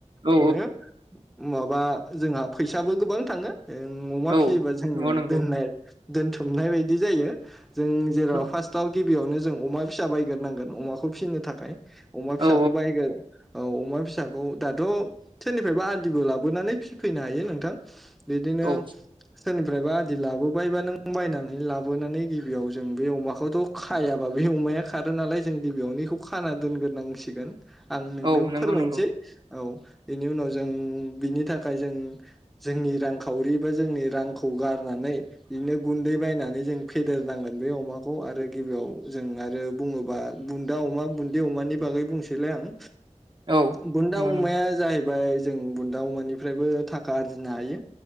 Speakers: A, on the right (about 40°); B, in the centre.
A: औ
B: मोनो। माबा जोंहा फैसाबो गोबां थाङो। ओ अमा
A: औ
B: फियोबा जोङो
A: नंगौ नंगौ
B: दोननाय दोनथुमनाय बायदि जायो। जों जेराव
A: औ
B: फार्स्टआव गि गिबियावनो जों अमा फिसा बायग्रोनांगोन अमाखौ फिसिनो थाखाय अमा फिसाख
A: औ
B: <unintelligible> औ अमा फिसाखौ दाथ‌' सोरनिफ्रायबा आदिबो लाबोनानै फिफैनो हायो नोंथां। बिदिनो
A: औ
B: सोरनिफ्रायबा आदि लाबोबायबा नों बायनानै लाबोनानै गिबियाव जों बे अमाखौथ' खायाबा बे अमाया खारो नालाय जों गिबियावनोखौ खाना दोनग्रोनांसिगोन। <inaudible> आं नोंनो
A: औ नंगौ
B: फोरमायनोसै।
A: नंगौ
B: औ इनि उनाव जों बिनि थाखाय जों जोंनि रांखावरि बा जोंनि रांखौ गारनानै बिदिनो गुन्दै बायनानै जों फेदेरनांगोन बे अमाखौ आरो गिबियाव जों आरो बुङोबा बुन्दा अमा बुन्दै अमानि बागै बुंसो बुंसैलाय आं।
A: औ
B: बुन्दा
A: नंगौ
B: अमाया
A: नंगौ
B: जाहैब फ्राय जों बुन्दा अमानिफ्रायबो थाखा आरजिनो हायो